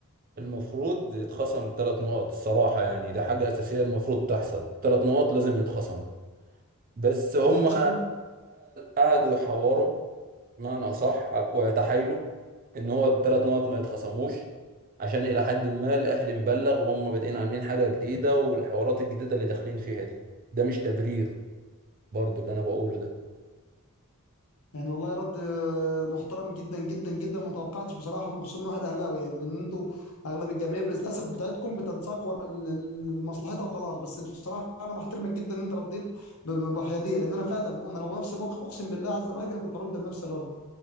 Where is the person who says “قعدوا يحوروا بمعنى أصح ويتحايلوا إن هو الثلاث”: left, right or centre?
Right